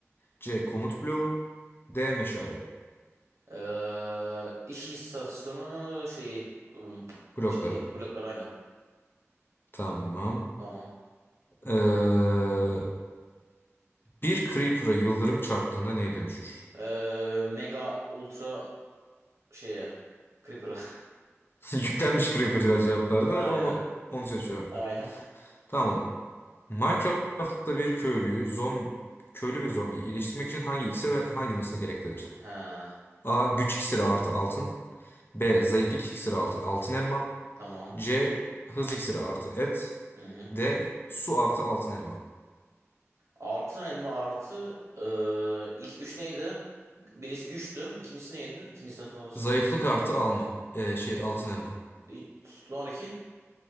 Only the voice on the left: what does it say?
C. Komut bloğu, D. Meşale
blokları.
Tamam.
Ee, Bir Creeper'a yıldırım çarptığında neye dönüşür?
<laughs> Yüklenmiş Creeper var cevaplarda.
Onu onu seçiyorum.
Tamam. Minecraft'ta bir köylüyü zombi köylü bir zombiyi iyileştirmek için hangi iksir ve hangi nesne gereklidir?
A. Güç iksiri artı altın. B. Zayıflık iksiri artı altın elma.
C. Hız iksiri artı et.
D. Su artı altın elma.
Zayıflık artı alma. Ee, şey altın elma.